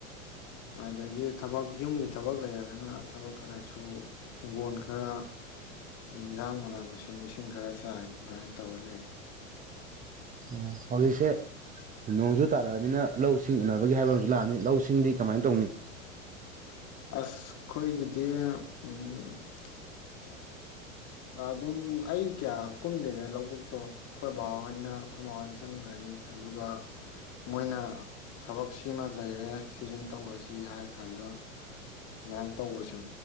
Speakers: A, on the left; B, on the right.
A: ꯑꯗꯒꯤ ꯊꯕꯛ ꯌꯨꯝꯒꯤ ꯊꯕꯛ ꯂꯩꯔꯒꯅ ꯊꯕꯛ ꯈꯔꯁꯨ ꯍꯤꯡꯒꯣꯟ ꯈꯔ ꯏꯟꯖꯥꯡ ꯃꯅꯥ ꯃꯁꯤꯡ ꯂꯤꯁꯤꯡ ꯈꯔ ꯆꯥꯏ ꯑꯗꯨꯃꯥꯏ ꯇꯧꯔ ꯂꯩ꯫
B: ꯑꯣ ꯍꯧꯖꯤꯛꯁꯦ ꯅꯣꯡꯖꯨ ꯇꯥꯔꯛꯑꯃꯤꯅ ꯂꯧꯁꯤꯡ ꯎꯅꯕꯒꯤ ꯍꯥꯏꯕ ꯑꯃꯖꯨ ꯂꯥꯛꯑꯅꯤ ꯂꯧ ꯁꯤꯡꯗꯤ ꯀꯃꯥꯏ ꯇꯧꯅꯤ꯫
A: ꯑꯁ ꯑꯩꯈꯣꯏꯒꯤꯗꯤ ꯎꯝ ꯑꯗꯨꯝ ꯑꯩ ꯀꯌꯥ ꯀꯨꯝꯗꯦꯗ ꯂꯧꯕꯨꯛꯇꯣ ꯑꯩꯈꯣꯏ ꯕꯥꯍꯣꯏꯅ ꯑꯩꯈꯣꯏ ꯃꯥ ꯍꯣꯏꯅ ꯆꯪꯒ꯭ꯔꯅꯤ ꯑꯗꯨꯒ ꯃꯣꯏꯅ ꯊꯕꯛ ꯁꯤꯃ ꯂꯩꯔꯦ ꯁꯤꯖꯤꯃ ꯇꯧꯔꯖꯤ ꯍꯥꯏꯔꯀꯥꯟꯗ ꯑꯗꯨꯃꯥꯏꯅ ꯇꯧꯕꯁꯨ